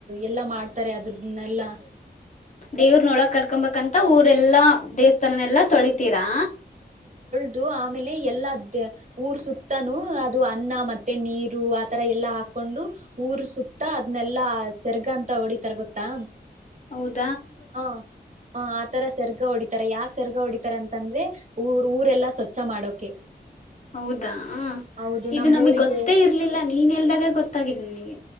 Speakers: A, on the right; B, on the left.
A: ಎಲ್ಲಾ ಮಾಡ್ತಾರೆ ಅದ್ರದನ್ನ ಎಲ್ಲಾ
B: ದೇವ್ರ ನೋಡಕ್ ಕರ್ಕೊಂಬಂತ ಊರೆಲ್ಲಾ ದೇವಸ್ಥಾನ ಎಲ್ಲ ತೊಳಿತ ಹತೀರಾ
A: ದು ಆಮೇಲೆ ಎಲ್ಲ ಊರ್ ಸುತ್ತಾನೂ ಅದು ಅನ್ನ ಮತ್ತೆ ನೀರು ಆತರ ಎಲ್ಲಾ ಹಾಕೊಂಡು ಊರ್ ಸುತ್ತ ಅದನೆಲ್ಲಾ ಸೆರ್ಗ ಅಂತ ಹೊಡಿತಾರ ಗೊತ್ತಾ
B: ಹೌದು
A: ಹ ಹ ಆ ತರ ಸರ್ಗ ಹೊಡಿತಾರೆ ಯಾಕ ಸರ್ಗ ಹೊಡಿತಾರೆ ಅಂತಂದ್ರೆ ಊರ್ ಊರೆಲ್ಲಾ ಸ್ವಚ್ಛ ಮಾಡೋಕೆ
B: ಹೌದಾ
A: ಹೌದು
B: ಇದು
A: ನಮ್ಮ್
B: ನಮಗ್
A: ಊರಿಗೆ
B: ಗೊತ್ತೇ ಇರ್ಲಿಲ್ಲ ನೀನ್ ಎಲ್ದಾಗ ಗೊತ್ತಾಗಿದೆ ನಿಮಗೆ